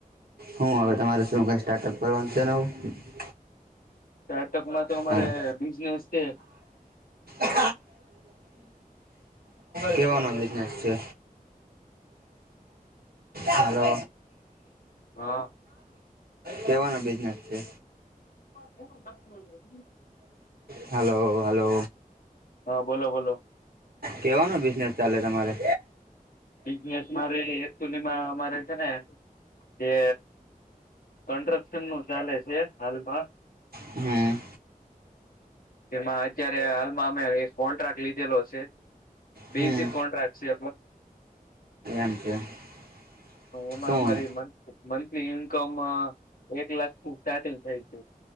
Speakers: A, on the right; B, on the left.
A: હું હવે તમારે શું કઈ સ્ટાર્ટઅપ કરવાનું છે નું હમ <unintelligible>
B: સ્ટાર્ટઅપ માં તો અમારે
A: હાલો
B: બિઝનેસ છે.
A: હ કેવાનો બિઝનેસ છે. હાલો
B: હા
A: કેવાનો બિઝનેસ છે.
B: બ બસ નો છે.
A: હલો હલો
B: હા બોલો બોલો
A: કેવાનું બિઝનેસ ચાલે તમારે
B: બિઝનેસ મારે એક ટુનમાં મામારે છે ને જે કન્સ્ટ્રક્શન નું ચાલે છે હાલમાં
A: હમ
B: જેમાં અત્યારે હાલમાં અમે એક કોન્ટ્રાક્ટ લીધેલો હ છે. બે
A: હમ
B: જે કોન્ટ્રાક્ટ છે.
A: મ છે <unintelligible>
B: એમાં
A: શું
B: અમારી મ મંથલી ઇન્કમ એક લાખ સંગ થાય છે.